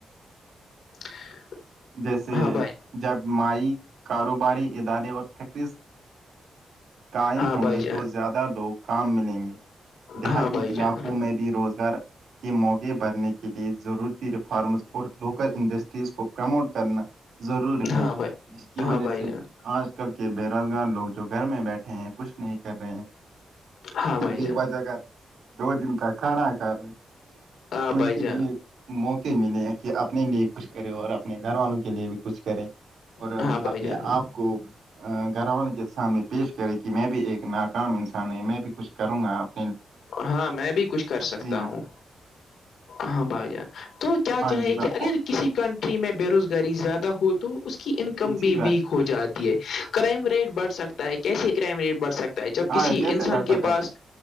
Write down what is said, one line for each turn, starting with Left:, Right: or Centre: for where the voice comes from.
Left: <inaudible>
Right: جیسے
Left: ہاں بھائی
Right: جب مائی کاروباری ادارے اور فیکٹریز قائم
Left: ہاں
Right: ہوں
Left: بھائی
Right: گے
Left: جان
Right: تو زیادہ لوگ کام ملیں گے دیہاتی
Left: ہاں بھائی
Right: علاقوں
Left: جان
Right: میں بھی روزگار کے موقع بڑھنے کے لئے ضرورت فارمز اور لوکل انڈسٹریز کو پرموٹ کرنا ضروری
Left: ہاں
Right: ہے
Left: بھائی
Right: جس کی وجہ
Left: ہاں بھائی
Right: سے
Left: جان
Right: آج کل کے بے روزگار لوگ جو گھر میں بیٹھے ہیں کچھ نہیں کر رہے ہیں
Left: ہاں بھائی
Right: بے
Left: جان
Right: و جہ کا دو دن کا کھانا ک رہے
Left: ہاں بھائی
Right: ان کے
Left: جان
Right: لیے موقع ملے کہ اپنے لیے کچھ کرے اور اپنے گھر والوں کے لیے بھی کچھ کریں اور
Left: ہاں بھائی
Right: اپنے
Left: جان
Right: آپ کو گھرووں کے سامنے پیش کریں کہ میں بھی ایک ناکام انسان نہیں میں بھی کچھ کروں گا آپ
Left: ہاں میں بھی کچھ کر سکتا
Right: بھائی
Left: ہوں ہاں بھائی جان تو کیا
Right: ہاں
Left: چاہے
Right: جی بھائی
Left: کہ اگر کسی کنٹری میں بے روزگاری زیادہ ہوت تو اس کی انکم بھی
Right: جی بھائی
Left: ویک ہو جاتی ہے کرائم ریٹ بڑھ سکتا ہے کیسے کرائم ریٹ بڑھ سکتا جب
Right: ہاں
Left: کسی
Right: کیسے
Left: انسان
Right: برسات
Left: کے
Right: ہے
Left: پاس